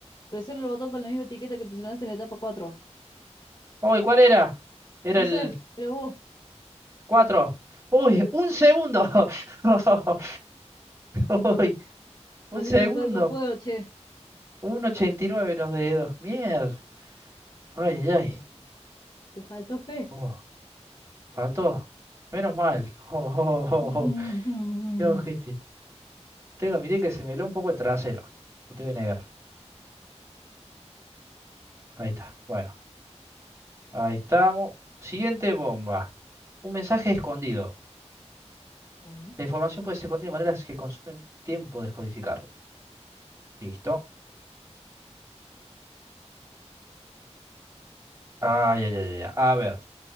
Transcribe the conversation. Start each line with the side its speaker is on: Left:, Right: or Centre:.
Left: Presiona el botón con la misma etiqueta que presionaste en la etapa cuatro
Right: Uy, ¿cuál era? Era
Left: No
Right: el
Left: sé, pero vos,
Right: cuatro Uy, un segundo. <laughs> Uy, un
Left: lo lindo
Right: segundo.
Left: de jugar con fuego, che,
Right: 1.89 los dedos. Mier. Ay, ay, ay.
Left: te faltó fe.
Right: Oh, faltó. Menos mal. <laughs> Oh, oh, oh,
Left: <laughs>
Right: oh. oh. Qué ojete. Tengo que admitir que se me heló un poco el trasero. No te voy a negar. Ahí está. Bueno, ahí estamos. Siguiente bomba. Un mensaje escondido.
Left: Bueno,
Right: La información puede ser escondida de maneras que consumen tiempo descodificarlo. Listo. Ay, ay, ay, ay. A ver.